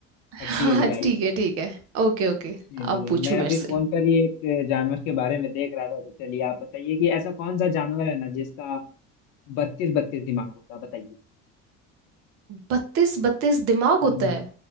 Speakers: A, on the right; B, on the left.
A: <laughs> हाँ
B: अभी अभी आई
A: ठीक
B: है
A: है ठीक है Okay okay
B: चलिए
A: आप पूछो
B: मैं
A: मेरे
B: अभी
A: से
B: फोन पर ही एक जानवर के बारे में देख रहा था तो चलिए आप बताइए कि ऐसा कौन सा जानवर है ना जिसका बत्तीस बत्तीस दिमाग होता है बताइए
A: बत्तीस बत्तीस दिमाग
B: हाँ
A: होता है